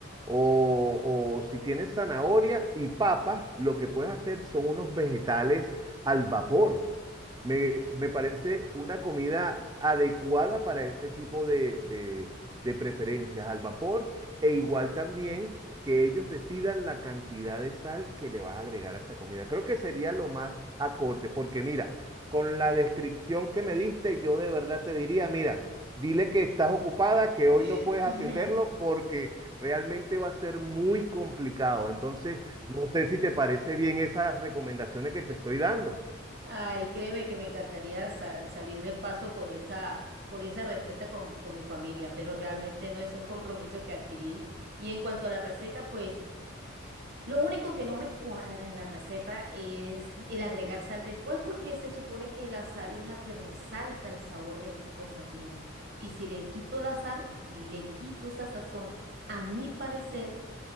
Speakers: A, on the right (about 20°); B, on the right (about 50°).
A: o, o si tienes zanahoria y papas, lo que puedes hacer son unos vegetales al vapor. Me, me parece una comida adecuada para ese tipo de, de- de preferencias al vapor e igual también que ellos decidan la cantidad de sal que le vas a agregar a esa comida. Creo que sería lo más acorde, porque mira, con la descripción que me diste, yo de verdad te diría, mira, dile que estás ocupada, que hoy
B: <laughs>
A: no puedes atenderlo porque realmente va a ser muy complicado. Entonces, no sé si te parece bien esas recomendaciones que te estoy dando.
B: Ay, créeme que me encantaría sa- salir del paso con esa, con esa respuesta con, con mi familia, pero realmente no es un compromiso que adquirí. Y en cuanto a la receta, pues Lo único que no me cuadra en la receta es el agregar sal después, porque se supone que la sal es la que resalta el sabor de las cosas, Gian. Y si le quito la sal, le quito esa sazón, a mi parecer.